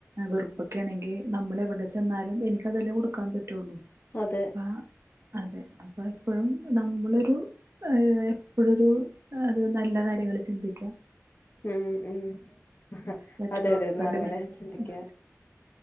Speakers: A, on the right (about 55°); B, on the left (about 40°).
A: വെറുപ്പൊക്കെ ആണെങ്കിൽ നമ്മൾ എവിടെ ചെന്നാലും എനിക്ക് അതെല്ലേ കൊടുക്കാൻ പറ്റുള്ളൂ.
B: അതെ.
A: അപ്പ അതെ അപ്പൊ എപ്പോഴും നമ്മളൊരു ഏ എപ്പോഴൊരു അത് നല്ല കാര്യങ്ങൾ ചിന്തിക്കാം.
B: ഉം ഉം ഹ ഹ
A: മറ്റുള്ളവർക്ക്
B: അതെ അതെ എന്ന
A: വേണ്ടി
B: അങ്ങനെ
A: നന്മ
B: ചിന്തിക്ക